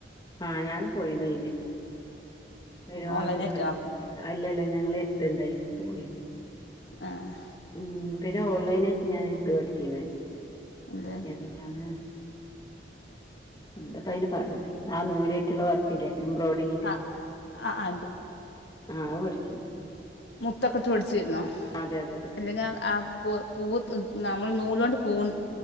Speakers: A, on the left; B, on the left.
A: ആ ഞാനും പോയിന് ഒരു മാസം
B: ഓൺലൈനായിട്ടോ
A: <unintelligible> അല്ലല്ല ഞങ്ങള് ട്ടണ്ടായിനിക്ക് പോയിത്
B: ആഹ
A: ഉം പിന്നെ ഓൺലൈനായിട്ട് ഞാൻ ഇത് പഠിച്ചിന്ന്
B: എന്ത്
A: എന്താണ് എന്തപ്പ അയിന് പറയാ ആ നൂലായിട്ടുള്ള വർക്കില്ലേ എംബ്രോയ്ഡിങ്ന്റെ
B: ആഹ് ആഹ്
A: ആഹ് അത് പഠിച്ചു
B: മുത്തക്ക ഇട്ട് പഠിച്ചിരുന്നോ
A: അതെ അതെ അതെ
B: അല്ലെങ്കി അ ആഹ് പൂ പൂവ് തു നമ്മൾ നൂല് കൊണ്ട് പൂൺ-